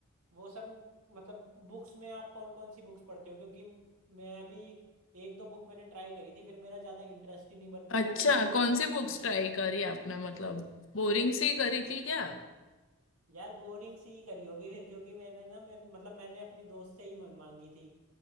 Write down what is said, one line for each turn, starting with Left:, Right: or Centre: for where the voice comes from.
Right: वो सब मतलब बुक्स में आप कौन कौन सी बुक्स पढ़ते हो क्योंकि म- मैं भी एक दो बुक मैंने ट्राई करी थी फिर मेरा ज़्यादा इंटरेस्ट ही नहीं बन पाया
Left: अच्छा
Right: लेकिन मेरा
Left: कौन
Right: बहुत
Left: सी बुक्स
Right: मन है
Left: ट्राई करी आपने मतलब बोरिंग सी करी थी क्या
Right: यार बोरिंग सी ही करी होगी फिर क्योंकि मैंने ना मैं, मतलब मैंने अपनी दोस्त से ही म- मांगी थी